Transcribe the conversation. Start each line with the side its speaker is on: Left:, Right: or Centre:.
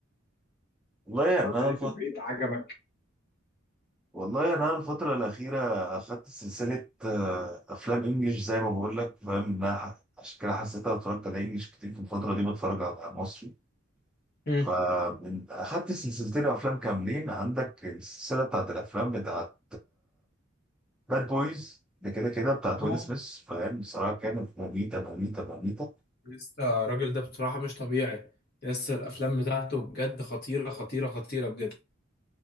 Centre: والله
Left: اتفرجت
Centre: يعني انا
Left: عليها
Centre: الفتره
Left: في البيت عجبك
Centre: والله انا الفتره الاخيره اخدت سلسله آه، افلام انجليش زي ما بقول لك فاهم انها ح- عشان كده حسيتها اتفرجت على انجليش كتير في الفتره دي بتفرج على مصري
Left: مم.
Centre: فمن اخدت سلسلتين افلام كاملين عندك السلسله بتاعت الافلام بتاعت باد بويز ده كده كده بتاعت
Left: اوه
Centre: ويل سميث فاهم بصراحه كانت مميته مميته مميته
Left: لسه الراجل ده بصراحة مش طبيعي لسه الأفلام بتاعته بجد خطيرة خطيرة خطيرة بجد